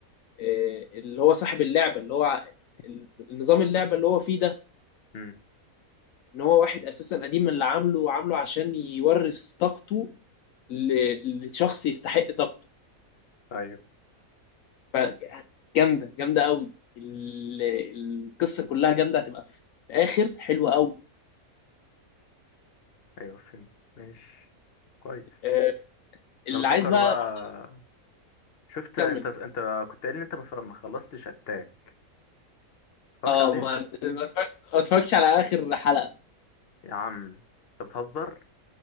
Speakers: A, on the left (about 70°); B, on the left (about 45°).
A: آه، اللي هو صاحب اللعبه اللي هو ع- النظام اللعبه اللي هو فيه ده
B: امم
A: ان هو واحد اساسا قديم اللي عامله وعامله عشان يورث طاقته ل- لشخص يستحق طاقته
B: ايوه
A: ف- يعني جامده جامده قوي ال- القصه كلها جامده هتبقى في الاخر حلوه قوي
B: ايوه فهمت ماشي كويس
A: آه، اللي
B: انا بفكر
A: عايز بقى
B: بقى
A: برضه
B: شفت
A: كمل
B: انت انت كنت قايل ان انت ما ما خلصتش اتاك اتفرجت
A: اه
B: عليه
A: ما ما اتفرج- ما اتفرجتش على اخر حلقه
B: يا عم انت بتهزر